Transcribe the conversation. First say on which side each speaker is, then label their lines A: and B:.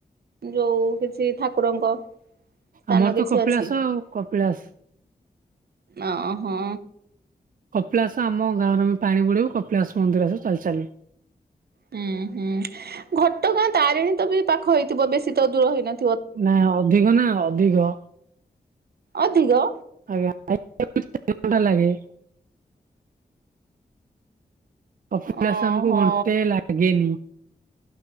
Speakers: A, on the right (about 70°); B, on the right (about 55°).
A: ଯୋଉ କିଛି ଠାକୁରଙ୍କ ସ୍ଥାନ
B: ଆମର
A: କିଛି
B: ତ କପିଳାସ
A: ଅଛି
B: ଆଉ କପିଳାସ।
A: ଓ ହୋ
B: କପିଳାସ ଆମ ଗାଁରେ ଆମେ ପାଣି ବୁଡେଇବୁ, କପିଳାସ ମନ୍ଦିର ଆସିବୁ ଚାଲିଚାଲି।
A: ହୁଁ ହୁଁ ଘଟଗାଁ ତାରିଣୀ ତ ବି ପାଖ ହେଇଥିବ ବେଶୀ ତ ଦୂର ହେଇନ
B: ନା ଅଧିକ ନା ଅଧିକ।
A: ଅଧିକ
B: ଆଜ୍ଞା <inaudible> ଘଣ୍ଟା ଲାଗେ। କପିଳାସ
A: ଓହୋ
B: ଆମକୁ ଘଣ୍ଟେ ଲାଗେନି।